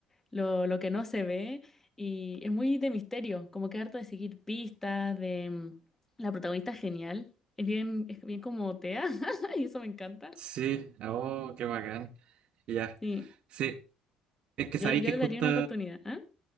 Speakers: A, on the left (about 15°); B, on the right (about 60°).
A: lo, lo que no se ve. Y es muy de misterio, como que harto de seguir pistas, de... mm, La protagonista es genial, es bien, es bien como Tea, <laughs> y eso me encanta.
B: Sí, oh, qué bacán. Ya.
A: Sí,
B: Sí, es que
A: yo,
B: sabéis
A: yo
B: que
A: le
B: justo.
A: daría una oportunidad, ¿ah?